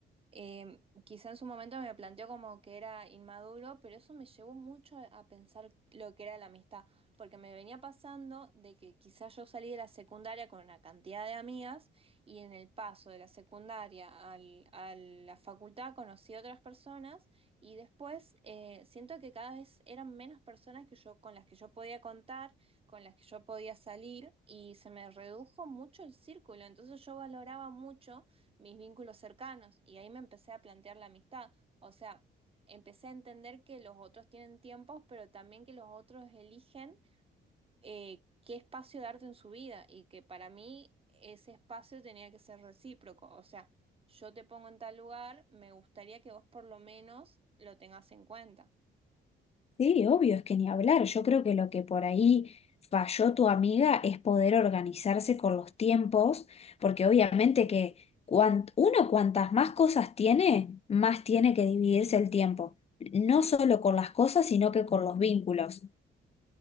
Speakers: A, on the right; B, on the left.
A: Eh, quizá en su momento me planteó como que era inmaduro, pero eso me llevó mucho a a pensar lo que era la amistad, porque me venía pasando de que quizá yo salí de la secundaria con una cantidad de amigas y en el paso de la secundaria al- a la facultad conocí otras personas y después eh, siento que cada vez eran menos personas que yo, con las que yo podía contar, con las que yo podía salir y se me redujo mucho el círculo, entonces yo valoraba mucho mis vínculos cercanos y ahí me empecé a plantear la amistad. O sea, empecé a entender que los otros tienen tiempos, pero también que los otros eligen eh, qué espacio darte en su vida y que para mí ese espacio tenía que ser recíproco. O sea, yo te pongo en tal lugar, me gustaría que vos por lo menos lo tengas en cuenta.
B: Sí, obvio, es que ni hablar. Yo creo que lo que por ahí falló tu amiga es poder organizarse con los tiempos, porque obviamente que cuan- uno cuantas más cosas tiene, más tiene que dividirse el tiempo, no solo con las cosas, sino que con los vínculos.